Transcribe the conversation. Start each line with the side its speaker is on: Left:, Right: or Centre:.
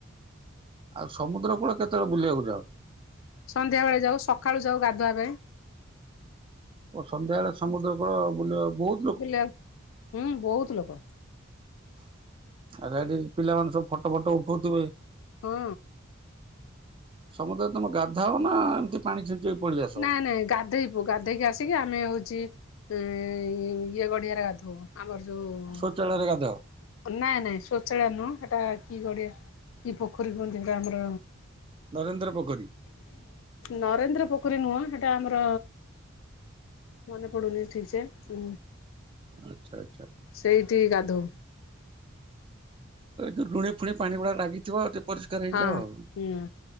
Right: ଆଉ ସମୁଦ୍ର କୂଳ କେତେବେଳେ ବୁଲିବାକୁ ଯାଅ।
Left: ସନ୍ଧ୍ୟା ବେଳେ ଯାଉ ସକାଳୁ ଯାଉ ଗାଧୁଆ ପାଇଁ।
Right: ଓ ସନ୍ଧ୍ୟା ବେଳେ ସମୁଦ୍ର କୁଳ ବୁଲିବା ଭୁଲ୍।
Left: ବୁଲିବା ହୁଁ ବହୁତ ଲୋକ।
Right: ଆ ଗଠି ପିଲାମାନେ ସବୁ ଫଟୋ ଫଟୋ ଉଠଉଥିବେ।
Left: ହଁ
Right: ସମୁଦ୍ର ରେ ତମେ ଗାଧାଅ ନା ଏମିତି ପାଣି ଛିଞ୍ଚି ହେଇ ପଡିଯା।
Left: ନାଇଁ ନାଇଁ ଗାଧୋଇବୁ ଗାଧେଇକି ଆସିକି ଆମେ ହଉଛି ଇ ଇଏ ଗଡିଆରେ ଗାଧୋଇ ଆମର ଯୋଉ
Right: ଶୌଚାଳୟରେ ଗାଧାଅ
Left: ନାଇଁ ନାଇଁ ଶୋଚାଳୟ ନୁହଁ ସେଟା କି ଗଡ଼ିଆ କି ପୋଖରୀ କୁହନ୍ତି ତ ଆାମର
Right: ନରେନ୍ଦ୍ର ପୋଖରୀ
Left: ନରେନ୍ଦ୍ର ପୋଖ ଖରୀ ନୁହଁ ସେଟା ଆମର ମନେ ପଡୁନି ଠିକ ସେ ଉ
Right: ଆଚ୍ଛା ଆଚ୍ଛା।
Left: ସେଇଠି ଗାଧଉ।
Right: ଯୋଉ ଲୁଣି ଫୁଣି ପାଣି ଉଡ଼ା ଲାଗିଥିବ ଟିକେ ପରିଷ୍କାର ହେଇଯାଅ।
Left: ହଁ ହୁଁ